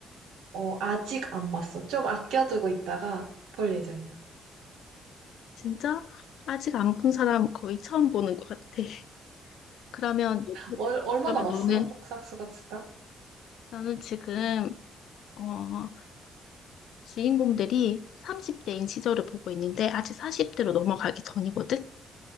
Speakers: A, on the right; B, on the left.
A: 어, 아직 안 봤어. 좀 아껴두고 있다가 볼 예정이야.
B: 진짜? 아직 안 본 사람 거의 처음 보는 것 같아. <laughs> 그러면, 요즘-
A: 얼, 얼마나
B: 그러면
A: 봤어?
B: 너는,
A: 복싹수가 진짜?
B: 나는 지금, 어, 주인공들이 30대인 시절을 보고 있는데 아직 40대로 넘어가기 전이거든?